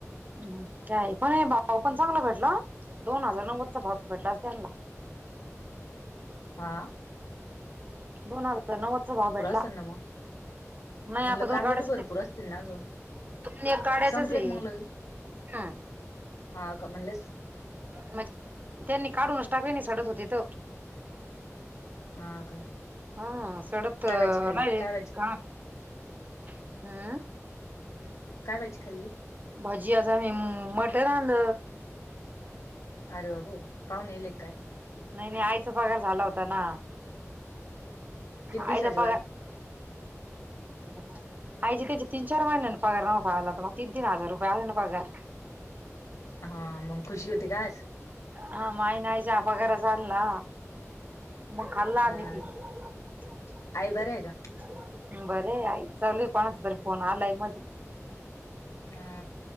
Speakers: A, on the right; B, on the left.
A: म् का पण हे भाऊ पण चांगला भेटलं दोन हजार नव्वदचा भाव भेटला अस त्यांना
B: आ
A: दोन हजार नव्वदचा भाव भेटला
B: असतात ना मग
A: नाही
B: म्हणलं
A: आता
B: कांदे
A: दोन गाड्या
B: बी भरपूर असतील ना अजून
A: द एक गाड्याच्याच
B: संपले
A: आहे
B: का मग लगे
A: हा
B: हा का म्हणले
A: म्हणजे त्यांनी काढूनच टाकले नाही सडत होतेत
B: हो का
A: हा सडत राहिले
B: <inaudible> काय वाजी खाल्ली काय
A: का हम्म
B: वाजी खाल्ली
A: भाजी आ मी मटर आणंद
B: अरे बाबू पावणे ले काय
A: नाही नाही आईचा पगार झाला होता ना
B: किती दिवसाची
A: आईचा पगार
B: बा
A: <inaudible> आईचे त्याचे तीन चार महिन्याने पगार नव्हता आला तर म तीन तीन हजार रुपये आले ना पगार
B: हा मग खुशी होती काय आज
A: हा माय नाईचा पगैर चाल ना मग खाल्ला
B: अ
A: आम्ही पिन
B: आई बरे आहे का
A: बरे आई चालू आहे कोणाच बरी फोन आलाय मध्ये
B: हा